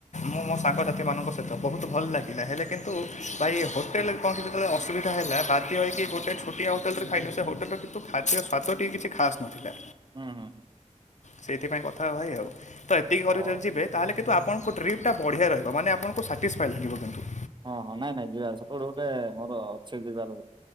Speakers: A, on the left (about 65°); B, on the right (about 35°).
A: ମୁଁ ମୋ ସାଙ୍ଗସାଥିୀ ମାନଙ୍କ ସହିତ। ବହୁତ ଭଲ ଲାଗିଲା ହେଲେ କିନ୍ତୁ ଭାଇ ହୋଟେଲରେ କଣ କି ଯେତେବେଳେ ଅସୁବିଧା ହେଲା, ବାଧ୍ୟ ହେଇକି। ଗୋଟଏ ଛୋଟିଆ ହୋଟେଲ ରେ ଖାଇଲୁ। ସେ ହୋଟେଲର ଖାଦ୍ୟ ସ୍ୱାଦ ଟିକେ କିଛି ଖାସ୍ ନଥିଲା।
B: ହୁଁ, ହୁଁ।
A: ସେଇଥିପାଇଁ କଥା ଭାଇ ଆଉ, ତ ଏତିକି ଘରୁ
B: ହଁ
A: ଯେତେବେଳେ ଯିବେ ତାହେଲେ କିନ୍ତୁ ଆପଣଙ୍କ ଟ୍ରିପଟା ବଢ଼ିଆ ରହିବ। ମାନେ ଆପଣଙ୍କୁ ସର୍ଟିସଫାଏ ଲାଗିବ କିନ୍ତୁ।
B: ହଁ ହଁ ନାଇଁ ନାଇଁ ଯିବା। ସେପଟେ ଗୋଟେ ମୋର ଅଛି ଯିବାର,